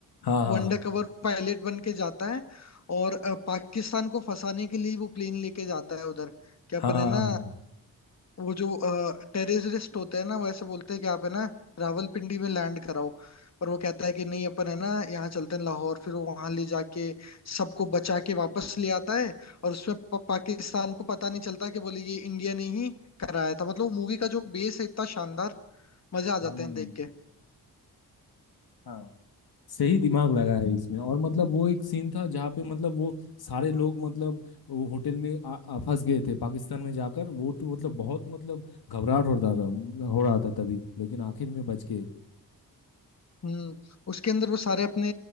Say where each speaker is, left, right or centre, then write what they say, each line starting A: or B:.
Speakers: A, on the left (about 70°); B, on the left (about 45°).
A: हाँ हाँ
B: वो अंडर
A: हाँ
B: कवर पायलट बन के जाता है और अ, पाकिस्तान को फंसाने के लिए वो प्लेन लेके जाता है उधर क्या
A: हाँ
B: अपन
A: हाँ
B: है ना
A: हाँ।
B: वो जो टेररिस्ट होते हैं ना वो ऐसे बोलते हैं कि आप है ना रावलपिंडी में लैंड कराओ पर वो कहता है कि नहीं अपन है ना यहाँ चलते हैं लाहौर फिर वो वहां ले जाके सबको बचा के वापस ले आता है और उसमें प- पाकिस्तान को पता नहीं चलता कि बोले ये इंडिया ने ही कराया था मतलब मूवी का जो बेस है इतना शानदार मजे आ
A: हम
B: जाते हैं देख के
A: हाँ सही दिमाग लगा है इसमें और मतलब वो एक सीन था जहाँ पे मतलब वो सारे लोग मतलब वो होटल में आ, आ, फंस गए थे पाकिस्तान में जाकर वो तो मतलब बहुत मतलब घबराहट हो रहा था हो रहा था तभी लेकिन आखिर में बच गए
B: हम्म उसके अंदर वो सारे अपने